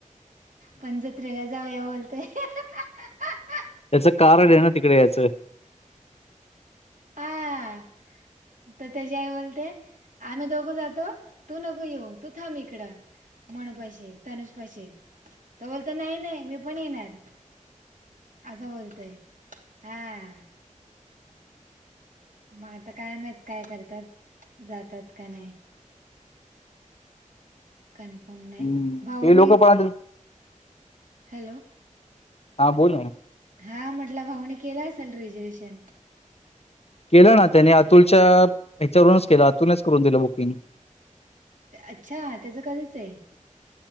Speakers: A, on the right; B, on the left.
A: पण जत्रेला जाऊया बोल <unintelligible>
B: त्याच कारण आहे ना तिकडे याचं
A: हां तर त्याच्या आई बोलते आम्ही दोघू जातो तू नको येऊ तू थांब इकडं मनूपाशी तनुज पाशी त बोलतो नाही नाही मी पण येणार असं बोलतंय हां मग आता काय माहित काय करतात जातात का नाय कनफर्म नाही
B: हं,
A: भाऊ
B: ते लोकं
A: नाय
B: पण आता
A: हॅलो!
B: हा बोल ना.
A: हां म्हटलं भाऊनी केलं असेल रिझर्वेशन?
B: केलं ना त्याने अतुलच्या याच्यावरूनच केलं अतुलनेच करून दिलं बुकिंग.
A: अच्छा त्याच कधीच आहे?